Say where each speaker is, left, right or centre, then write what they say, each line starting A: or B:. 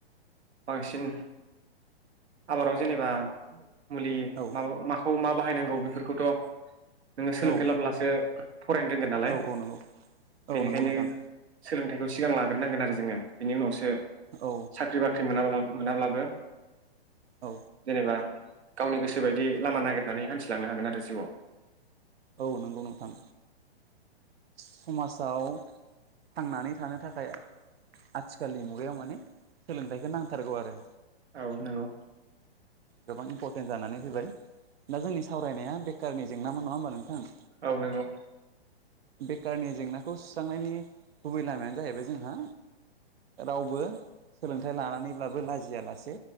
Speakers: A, on the right; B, on the right.
A: बांसिन आबादाव जेनेबा मुलि
B: औ
A: माबा माखौ मा बाहायनांगौ बेफोरखौथ' नोङो सोलोंथाइ
B: औ
A: लाब्लासो फरायनो रोंगोन नालाय
B: औ नंगौ औ
A: बेनिखायनो
B: नंगौ नोंथां
A: सोलोंथाइखौ सिगां लाग्रोनांगोन आरो जोङो बेनि उनावसो
B: औ
A: साख्रि बाख्रि मोनाब्ला मोनाब्लाबो
B: औ
A: जेनेबा गावनि गोसो बायदि लामा नागिरनानै हान्थिलांनो हागोन आरो जिउआव
B: औ नंगौ नोंथां समाजाव थांनानै थानो थाखाय आथिखालनि मुगायाव माने सोलोंथाइखौ नांथारगौ आरो।
A: औ नंगौ।
B: गोबां इम्परटेन्ट जानानै फैबाय दा जोंनि सावरायनाया बेखारनि जेंनामोन नङा होमबा नोंथां।
A: औ नंगौ
B: बेखारनि जेंनाखौ सुस्रांनायनि गुबै लामायानो जाहैबाय जोंहा रावबो सोलोंथाइ लानानैब्लाबो लाजियालासे